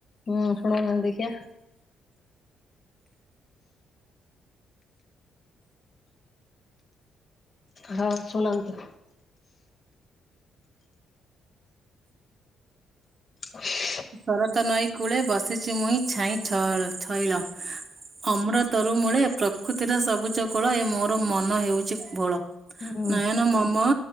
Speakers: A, on the left; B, on the right.
A: ହୁଁ ଶୁଣୋଉନାହାନ୍ତି ଦେଖିଆ। ହଁ ଶୁଣନ୍ତୁ। <inaudible>
B: ଶରତ ନଈ କୂଳେ ବସିଛି ମୁଇିଁ ଛାଇଁ ଛ ଛଇଳ ଅମୃତରୁ ମୂଳେ ପ୍ରକୃତିର ସବୁଜ କୋଳ ଏ ମୋର ମନ ହେଉଛି ଭୋଳ
A: ହୁଁ
B: ନୟନ ମମମା